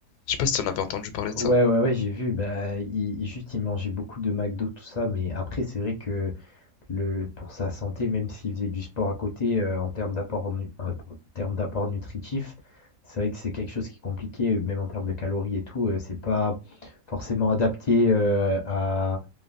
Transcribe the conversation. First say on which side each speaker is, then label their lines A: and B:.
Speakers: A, on the left (about 85°); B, on the left (about 45°).
A: Je sais pas si t'en avais entendu parler de
B: Ouais,
A: ça.
B: ouais, ouais, j'ai vu, bah, il il- juste, il mangeait beaucoup de McDo, tout ça, mais après, c'est vrai que le pour sa santé, même s'il faisait du sport à côté, heu, en termes d'apport nu en termes d'apport nutritif, c'est vrai que c'est quelque chose qui est compliqué, euh, même en termes de calories et tout, heu, c'est pas forcément adapté, heu, à